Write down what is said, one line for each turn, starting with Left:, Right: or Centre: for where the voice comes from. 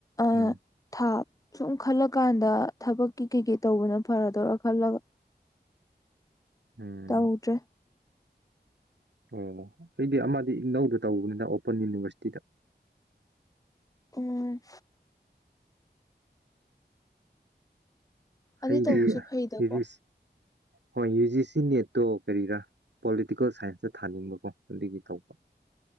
Left: ꯑ
Right: ꯎꯝ
Left: ꯊꯥꯞ ꯁꯨꯝ ꯈꯜꯂꯀꯥꯟꯗ ꯊꯕꯛꯀꯤ ꯀꯩ ꯀꯩ ꯇꯧꯕꯅ ꯐꯔꯗꯣꯏꯔꯥ ꯈꯜꯂꯒ
Right: ꯎꯝ
Left: ꯇꯎꯗ꯭ꯔꯦ
Right: ꯑꯣ ꯑꯩꯗꯤ ꯑꯃꯗꯤ ꯏꯛꯅꯧꯗ ꯇꯧꯕꯅꯤꯅ ꯑꯣꯄꯟ ꯌꯨꯅꯤꯚꯔꯁꯤꯇꯤꯗ
Left: ꯎꯝ ꯑꯅꯤ
Right: ꯑꯩꯗꯤ
Left: ꯇꯧꯕꯁꯨ ꯐꯩꯗꯀꯣ
Right: ꯍꯣꯏ ꯌꯨ ꯖꯤ ꯁꯤ ꯅꯦꯠꯇꯣ ꯀꯔꯤꯔꯥ ꯄꯣꯂꯤꯇꯤꯀꯦꯜ ꯁꯥꯏꯟꯁꯇ ꯊꯥꯅꯤꯡꯕꯀꯣ ꯑꯗꯨꯒꯤ ꯇꯧꯕ